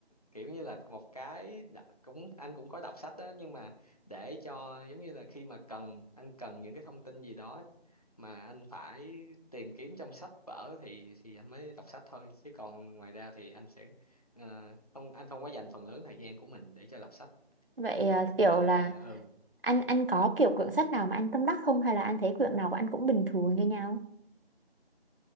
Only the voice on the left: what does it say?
kiểu như là một cái đ- cũng anh cũng có đọc sách đó nhưng mà để cho giống như là khi mà cần anh cần những cái thông tin gì đó mà anh phải tìm kiếm trong sách vở thì thì anh mới đọc sách thôi chứ còn ngoài ra thì anh sẽ ờ, không anh không có dành phần lớn thời gian của mình để cho đọc sách
Cho-
ừ